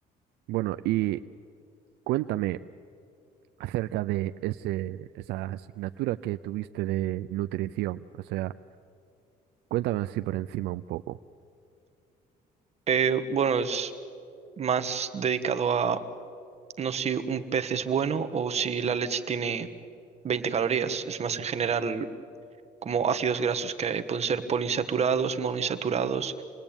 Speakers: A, on the right; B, on the right.
A: Bueno, y cuéntame acerca de ese, esa asignatura que tuviste de nutrición. O sea, cuéntame así por encima un poco.
B: Eh, bueno, es más dedicado a no si un pez es bueno o si la leche tiene 20 calorías. Es más en general como ácidos grasos que pueden ser poliinsaturados, monoinsaturados,